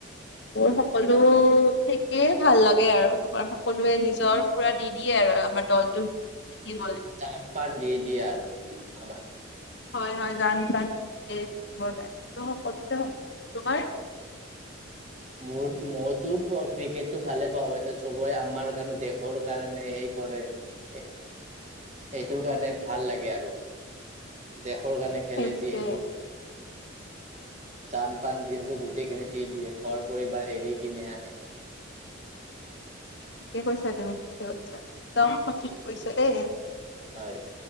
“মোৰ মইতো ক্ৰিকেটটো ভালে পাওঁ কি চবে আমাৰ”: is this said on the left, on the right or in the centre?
Right